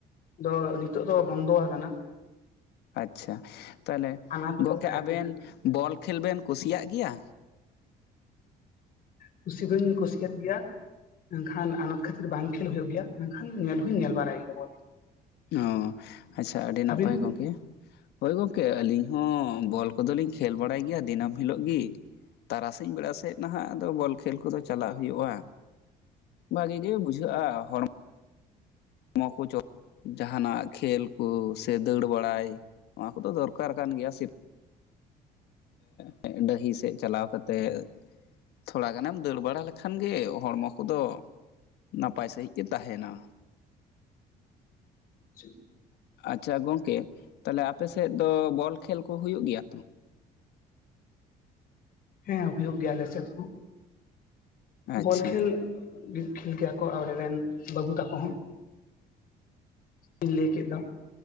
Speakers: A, on the left (about 55°); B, on the left (about 75°).
A: ᱫᱚ ᱱᱤᱛᱚᱜ ᱫᱚ ᱵᱚᱱᱫᱚ ᱣᱟᱠᱟᱱᱟ᱾
B: ᱟᱪᱷᱟ ᱛᱟᱦᱞᱮ
A: ᱟᱱᱟᱴ
B: ᱜᱚᱝᱠᱮ
A: ᱠᱚ ᱛᱟᱦᱮᱸ
B: ᱟᱵᱮᱱ
A: ᱠᱟᱱ ᱠᱷᱟᱹᱛᱤᱨ
B: ᱵᱚᱞ ᱠᱷᱮᱞ ᱵᱮᱱ ᱠᱩᱥᱤᱭᱟᱜ ᱜᱮᱭᱟ?
A: ᱠᱩᱥᱤ ᱫᱚᱧ ᱠᱩᱥᱤᱭᱟᱫ ᱜᱮᱭᱟ᱾ ᱢᱮᱱᱠᱷᱟᱱ ᱟᱱᱟᱴ ᱠᱷᱟᱹᱛᱤᱨ ᱵᱟᱝ ᱠᱷᱮᱞ ᱦᱳᱭᱳᱜ ᱜᱮᱭᱟ, ᱢᱮᱱᱠᱷᱟᱱ ᱧᱮᱞ ᱦᱚᱸᱧ ᱧᱮᱞ ᱵᱟᱲᱟᱭ ᱜᱮᱭᱟ᱾ ᱵᱚᱞ ᱠᱷᱮᱞ᱾
B: ᱚ ᱟᱪᱷᱟ ᱟᱹᱰᱤ ᱱᱟᱯᱟᱭ
A: ᱟᱹᱵᱤᱱ
B: ᱜᱚᱝᱠᱮ᱾ ᱦᱳᱭ ᱜᱚᱝᱠᱮ ᱟᱹᱞᱤᱧ ᱦᱚᱸ ᱵᱚᱞ ᱠᱚᱫᱚᱞᱤᱧ ᱠᱷᱮᱞ ᱵᱟᱲᱟᱭ ᱜᱮᱭᱟ ᱫᱤᱱᱟᱹᱢ ᱦᱤᱞᱳᱜ ᱜᱤ᱾ ᱛᱟᱨᱟᱥᱤᱧ ᱵᱮᱲᱟ ᱥᱮᱫ ᱱᱟᱦᱟᱜ ᱟᱫᱚ ᱵᱚᱞ ᱠᱷᱮᱞ ᱠᱚᱫᱚ ᱪᱟᱞᱟᱜ ᱦᱩᱭᱩᱜᱼᱟ᱾ ᱵᱷᱟᱜᱤ ᱜᱮ ᱵᱩᱡ ᱡᱷᱟᱹᱜᱼᱟ ᱦᱚᱲᱢ ᱢᱚ ᱠᱚ ᱪᱚ ᱡᱟᱦᱟᱱᱟᱜ ᱠᱷᱮᱞ ᱠᱚ ᱥᱮ ᱫᱟᱹᱲ ᱵᱟᱲᱟᱭ ᱱᱚᱣᱟ ᱠᱚᱫᱚ ᱫᱚᱨᱠᱟᱨ ᱠᱟᱱ ᱜᱮᱭᱟ ᱥᱮ ᱛᱮᱜ ᱰᱟᱹᱦᱤ ᱥᱮᱜ ᱪᱟᱞᱟᱣ ᱠᱟᱛᱮᱜ ᱛᱷᱚᱲᱟ ᱜᱟᱱᱮᱢ ᱫᱟᱹᱲ ᱵᱟᱲᱟ ᱞᱮᱠᱷᱟᱱ ᱜᱮ ᱦᱚᱲᱢᱚ ᱠᱚᱫᱚ ᱱᱟᱯᱟᱭ ᱥᱟᱺᱦᱤᱡ ᱜᱮ ᱛᱟᱦᱮᱱᱟ
A: <inaudible>
B: ᱟᱪᱷᱟ ᱜᱚᱝᱠᱮ ᱛᱟᱦᱞᱮ ᱟᱯᱮ ᱥᱮᱜ ᱫᱚ ᱵᱚᱞ ᱠᱷᱮᱞ ᱠᱚ ᱦᱩᱭᱩᱜ ᱜᱮᱭᱟ
A: ᱦᱮᱸ ᱦᱩᱭᱩᱜ ᱜᱮᱭᱟ ᱟᱞᱮᱥᱮᱫ ᱦᱚᱸ
B: ᱟᱪᱪᱷᱟ
A: ᱵᱚᱞ ᱠᱷᱮᱞ ᱵᱤᱜ ᱠᱷᱮᱞ ᱜᱮᱭᱟ ᱠᱚ ᱟᱞᱮ ᱨᱮᱱ ᱵᱟᱹᱵᱩ ᱛᱟᱠᱚ ᱦᱚᱸ᱾ ᱤᱧ ᱞᱟᱹᱭ ᱠᱮᱜ ᱫᱚ